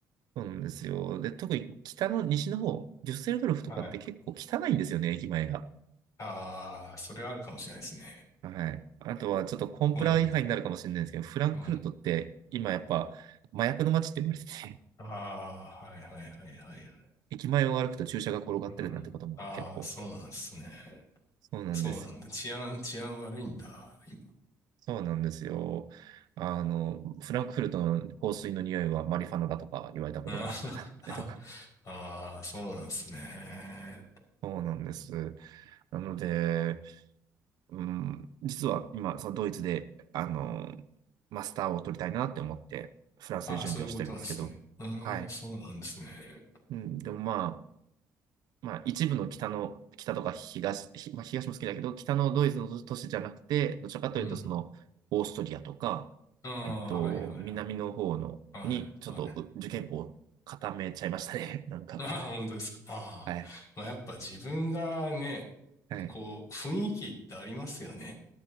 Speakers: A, on the right (about 75°); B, on the left (about 50°).
A: そうなんですよ。で、特に北の西の方、デュッセルドルフとかって結構汚いんですよね、
B: はい。
A: 駅前が。
B: ああ、それあるかもしれないですね。
A: はい。あとはちょっとコンプラ違反になるかもしれないですけど、
B: そうなんだ。
A: フランクフルトって今やっぱ麻薬の街って言われてて、
B: うん。はい。ああ、はいはいはいはいはい。
A: <laughs> 駅前を歩くと注射が転がってるなんてことも結構。
B: うん。ああ、そうなんですね。
A: そうなんです。
B: そうなんだ。治安、治安悪いんだ、今。
A: そうなんですよ。あの、フランクフルトの香水の匂いはマリファナだとか言われたことがあったりとか。
B: あー <laughs> あー、そうなんですね。
A: そうなんです。なので、うん、実は今、そのドイツで、あの、マスターを取りたいなって思って、フランスで準備をしてるんですけど、
B: ああ、そういうことなんですね。うーん、
A: はい。
B: そうなんですね。
A: うん、でもまあ、まあ、一部の北の、北とか東、ひまあ、東も好きだけど、北のドイツの都市じゃなくて、どちらかというと、
B: うん。
A: その、オーストリアとか、
B: ああ、
A: えっと、
B: はいはいは
A: 南の方の、
B: い。はい、
A: に、ちょっとう受験校を固めちゃいましたね。
B: はい。
A: <laughs> なんか。
B: ああ、本当ですか。ああ。
A: はい。
B: まあ、やっぱ自分がね、
A: はい。
B: こう、雰囲気ってありますよね。